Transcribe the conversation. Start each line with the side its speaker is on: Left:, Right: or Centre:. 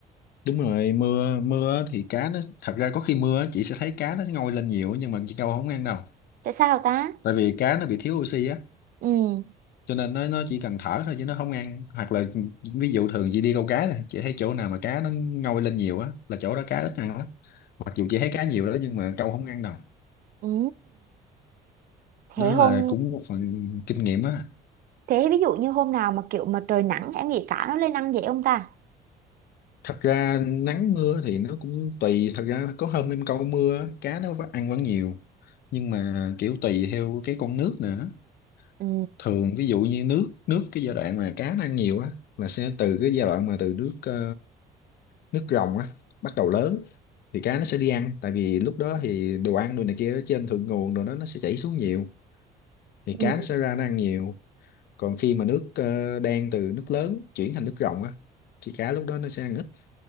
Left: đúng rồi mưa mưa á thì cá nó thật ra có khi mưa á, chị sẽ thấy cá nó ngoi lên nhiều nhưng mà chị câu không ăn đâu
Right: Tại sao ta?
Left: tại vì cá nó bị thiếu oxy á
Right: Ừ.
Left: cho nên nó nó chỉ cần thở thôi chứ nó không ăn hoặc là ví dụ thường chị đi câu cá này chị thấy chỗ nào mà cá nó ngoi lên nhiều á là chỗ đó cá ít ăn lắm mặc dù chị thấy cá nhiều đó nhưng mà câu không ăn đâu
Right: Ừ. Thế
Left: đó
Right: hôm
Left: là cũng một phần kinh nghiệm á
Right: thế ví dụ như hôm nào mà kiểu mà trời nắng em nghĩ cá nó lên ăn dễ không ta?
Left: thật ra nắng mưa thì nó cũng tùy thật ra có hôm em câu mưa á, cá nó vẫn- ăn vẫn nhiều nhưng mà kiểu tùy theo cái con nước nữa
Right: Ừ.
Left: thường ví dụ như nước nước cái giai đoạn mà cá nó ăn nhiều á là sẽ từ cái giai đoạn mà từ nước ờ, nước rồng á bắt đầu lớn thì cá nó sẽ đi ăn tại vì lúc đó thì đồ ăn đồ này kia ở trên thượng nguồn đồ đó nó sẽ chảy xuống nhiều thì
Right: Ừ.
Left: cá nó sẽ ra nó ăn nhiều còn khi mà nước ờ, đen từ nước lớn chuyển thành nước rồng á thì cá lúc đó nó sẽ ăn ít